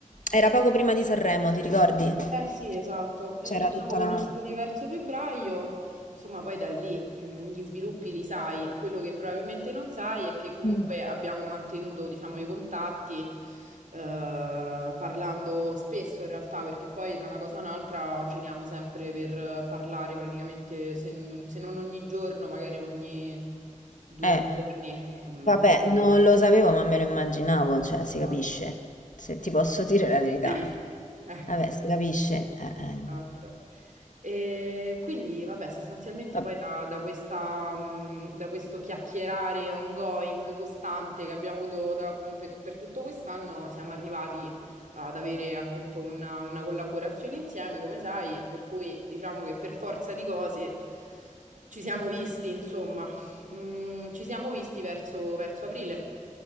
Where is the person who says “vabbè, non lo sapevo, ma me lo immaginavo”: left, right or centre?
Left